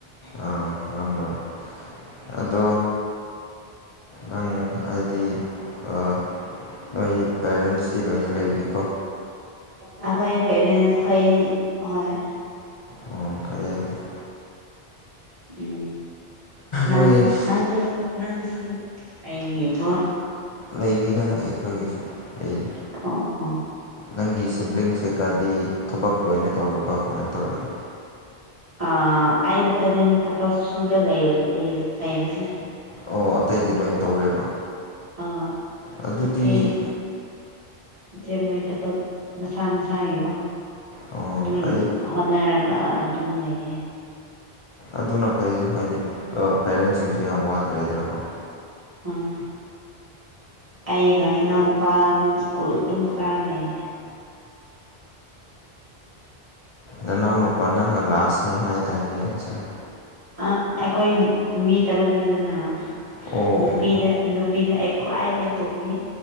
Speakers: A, on the left; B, on the right.
A: ꯑꯥ ꯈꯪꯉꯝꯃꯔꯣꯏ ꯑꯗꯣ
B: <inaudible>
A: ꯅꯪ ꯍꯥꯏꯗꯤ ꯑꯥ ꯅꯣꯏ ꯄꯦꯔꯦꯟꯁꯇꯤ ꯂꯣꯏꯅ ꯂꯩꯔꯤꯀꯣ
B: ꯑꯩꯈꯣꯏ ꯄꯦꯔꯦꯟꯁ ꯑꯩꯈꯣꯏ ꯍꫭꯏ
A: ꯑꯣ ꯐꯩꯌꯦ ꯀꯩꯁꯨ
B: ꯎ ꯅꯪ
A: ꯅꯣꯏ
B: ꯅꯪꯁꯨ ꯅꯪꯁꯨ ꯑꯩꯅꯦꯕ꯭ꯔꯣ
A: ꯂꯩꯔꯤꯗ ꯑꯩꯈꯣꯏꯒꯤꯁꯨ ꯂꯩꯔꯤ
B: ꯑꯣ ꯑꯣ
A: ꯅꯪꯒꯤ ꯁꯤꯕ꯭ꯂꯤꯡ ꯀꯩꯀꯥꯗꯤ ꯊꯕꯛ ꯂꯣꯏꯅ ꯇꯧꯔꯕ ꯀꯃꯥꯏꯅ ꯇꯧꯔꯒꯦ
B: ꯑꯥ ꯑꯩ ꯈꯛꯇꯅꯦꯅ ꯊꯕꯛ ꯁꯨꯗ ꯂꯩꯕꯁꯦ
A: ꯑꯣ ꯑꯇꯩꯗꯤ ꯂꯣꯏ ꯇꯧꯔꯦꯕ
B: ꯑ
A: ꯑꯗꯨꯗꯤ
B: ꯏꯆꯦ ꯏꯆꯦ ꯃꯣꯏ ꯊꯕꯛ ꯃꯁꯥ ꯃꯁꯥꯒꯤꯀꯣ
A: ꯑꯣ
B: ꯑꯗꯨꯝ
A: ꯐꯩ
B: ꯍꯣꯠꯅꯔꯒ ꯑꯗꯨꯝ ꯂꯩꯌꯦ
A: ꯑꯗꯨꯅ ꯐꯩ ꯍꯥꯏꯗꯤ ꯄꯦꯔꯦꯟꯁꯤꯡꯁꯨ ꯌꯥꯝ ꯋꯥꯗ꯭ꯔꯦꯗꯅꯀꯣ
B: ꯎꯝ ꯑꯩꯒ ꯏꯅꯥꯎꯅꯨꯄꯥꯒꯤ ꯁ꯭ꯀꯨꯜ ꯑꯗꯨꯝ ꯀꯥꯔ ꯂꯩꯌꯦ
A: ꯅꯅꯥꯎ ꯅꯨꯄꯥ ꯅꯪꯅ ꯂꯥꯁꯅꯦ ꯍꯥꯏꯗꯥꯏꯅꯦ ꯉꯁꯔ
B: ꯑ ꯑꯩꯈꯣꯏ ꯃꯤ ꯇꯔꯨꯛꯅꯤꯗꯅ
A: ꯑꯣ ꯑꯣ
B: ꯅꯨꯄꯤꯗ
A: ꯑꯣ
B: ꯅꯨꯄꯤꯗ ꯑꯩ ꯈ꯭ꯋꯥꯏꯔꯒ ꯇꯣꯝꯃꯤ